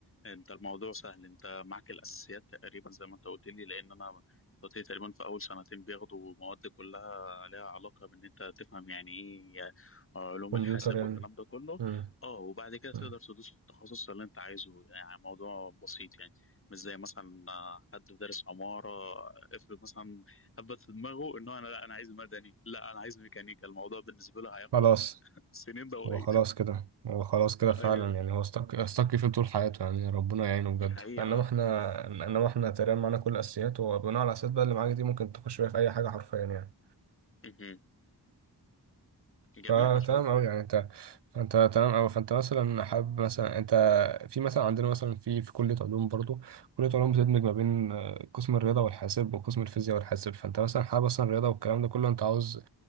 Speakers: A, on the left; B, on the right.
A: أنت الموضوع سهل أنت معاك الأساسيات تقريبا زي ما أنت قلت لي لأن أنا قلت لي تقريبا في أول سنتين بياخدوا مواد كلها لها علاقة بإن أنت تفهم يعني إيه آه، علوم
B: كمبيوتر
A: الحاسب
B: يعني
A: والكلام ده كله
B: مم.
A: أه وبعد كده تقدر
B: مم.
A: تدوس في التخصص اللي أنت عايزه يعني موضوع بسيط يعني مش زي مثلا آه، حد دارس عمارة افرض مثلا حبت في دماغه ان هو انا لا انا عايز مدني لا انا عايز ميكانيكا الموضوع بالنسبه له هياخد
B: خلاص
A: <laughs> سنين ضوئيه
B: هو خلاص كده هو خلاص كده فعلا
A: ايوه
B: يعني هو استك استك فيه طول حياته يعني ربنا يعينه بجد
A: دي حقيقه
B: فانما احنا انما احنا تقريبا معانا كل الاساسيات وبناء على الاساسيات بقى اللي معاك دي ممكن تخش بيها في اي حاجه حرفيا يعني
A: مهم. جميل
B: فتمام
A: ما شاء الله
B: قوي
A: يعني
B: يعني انت انت تمام قوي فانت مثلا حابب مثلا انت في مثلا عندنا مثلا في في كليه علوم برضو كليه علوم بتدمج ما بين آه، قسم الرياضه والحاسب وقسم الفيزياء والحاسب فانت مثلا حابب مثلا الرياضه والكلام ده كله انت عاوز